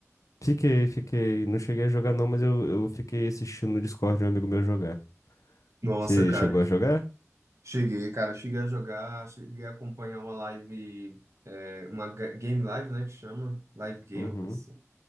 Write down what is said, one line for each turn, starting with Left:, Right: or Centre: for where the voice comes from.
Left: Fiquei, fiquei. Não cheguei a jogar não, mas eu, eu fiquei assistindo no Discord de um amigo meu jogar.
Right: Nossa,
Left: Você
Right: cara.
Left: chegou a jogar?
Right: Cheguei, cara. Cheguei a jogar, cheguei a acompanhar uma live, é, uma ga- game live, né, que chama? Live game,
Left: Uhum.
Right: uma coisa assim.